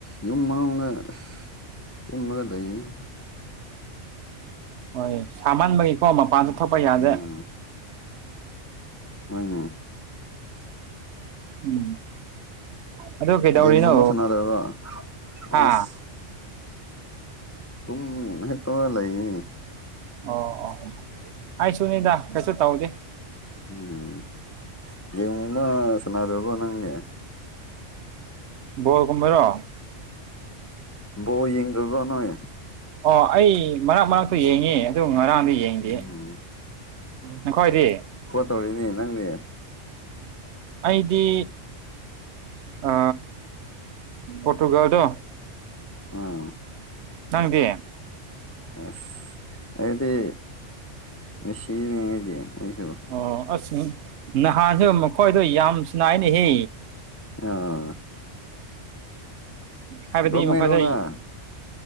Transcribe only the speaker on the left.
ꯌꯨꯝ ꯃꯅꯨꯡꯗ ꯑꯁ ꯇꯨꯝꯂꯒ ꯂꯩꯌꯦꯅꯦ
ꯎꯝ ꯍꯣꯏꯅꯦ
ꯒꯦꯝꯒꯨꯝꯕ ꯁꯥꯟꯅꯗꯕ꯭ꯔꯣ ꯑꯁ
ꯇꯨꯝ ꯍꯤꯞꯄꯒ ꯂꯩꯌꯦꯅꯦ
ꯎꯝ ꯒꯦꯝꯒꯨꯝꯕ ꯁꯅꯥꯗ꯭ꯔꯕꯣ ꯅꯪꯗꯤ
ꯕꯣꯜ ꯌꯦꯡꯗ꯭ꯔꯕ꯭ꯔ ꯅꯣꯏ
ꯎꯝ
ꯇꯧꯔꯤꯅꯦ ꯅꯪꯗꯤ
ꯑꯥ
ꯑꯁ ꯑꯩꯗꯤ ꯃꯦꯁꯤꯅꯦ ꯑꯩꯗꯤ <unintelligible>
ꯑ
ꯔꯣꯡꯃꯩꯔꯣ
ꯅꯪ